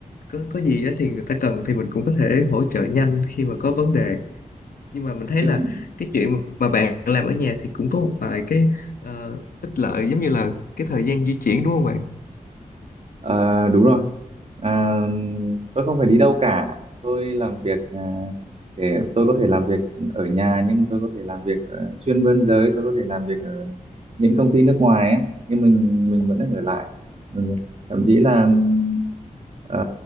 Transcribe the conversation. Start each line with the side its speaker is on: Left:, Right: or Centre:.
Left: có có gì á thì người ta cần thì mình cũng có thể hỗ trợ nhanh khi mà có vấn đề nhưng mà mình thấy
Right: Như
Left: là cái chuyện mà bạn làm ở nhà thì cũng có một vài cái ờ, ích lợi giống như là cái thời gian di chuyển đúng không bạn
Right: À, đúng rồi. À, tôi không phải đi đâu cả. Tôi làm việc à, để tôi có thể làm việc ở nhà nhưng tôi có thể làm việc ờ, xuyên biên giới, tôi có thể làm việc ở những công ty nước ngoài ấy, nhưng mình mình vẫn ở lại. Mình, thậm chí là ừm, ờ,